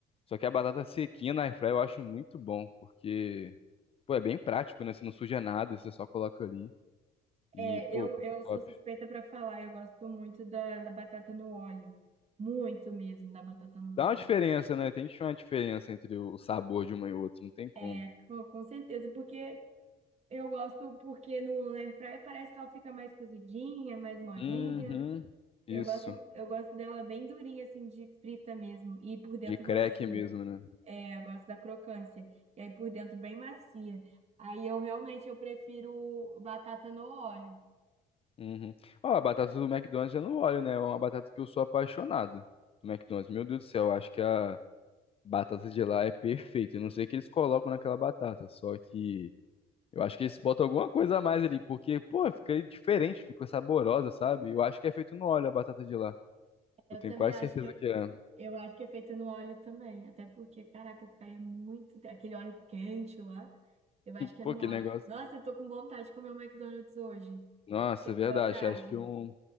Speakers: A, on the left; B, on the right.
A: Só que a batata sequinha na air fryer eu acho muito bom, porque, pô, é bem prático, né? Você não suja nada, você só coloca ali. E,
B: É,
A: pô,
B: eu,
A: muito
B: eu sou
A: top.
B: suspeita para falar, eu gosto muito da, da batata no óleo. Muito mesmo da batata no
A: Dá
B: óleo.
A: uma diferença, né? Tem que ter uma diferença entre o sabor de uma e outra, não tem como.
B: É, com, com certeza, porque eu gosto porque no air fryer parece que ela fica mais cozidinha, mais molinha.
A: Uhum. Isso.
B: Eu gosto, eu gosto dela bem durinha, assim, de frita mesmo, e por dentro
A: De crack
B: macio.
A: mesmo, né?
B: É, eu gosto da crocância, e aí por dentro bem macia. Aí eu realmente eu prefiro batata no óleo.
A: Uhum. Ó, a batata do McDonald's eu não olho, né? É uma batata que eu sou apaixonado do McDonald's. Meu Deus do céu, eu acho que a batata de lá é perfeita. Eu não sei o que eles colocam naquela batata, só que eu acho que eles botam alguma coisa a mais ali, porque, pô, fica diferente, fica saborosa, sabe? Eu acho que é feito no óleo a batata de lá.
B: Eu
A: Eu tenho
B: também
A: quase
B: acho
A: certeza
B: que
A: que é.
B: Eu acho que é feito no óleo também, até porque, caraca, ficaria muito. Aquele óleo quente lá, eu acho que
A: Pô,
B: é no
A: que
B: óleo.
A: negócio.
B: Nossa, eu tô com vontade de comer um McDonald's hoje.
A: Nossa,
B: Fiquei
A: é verdade.
B: com vontade.
A: Acho que um.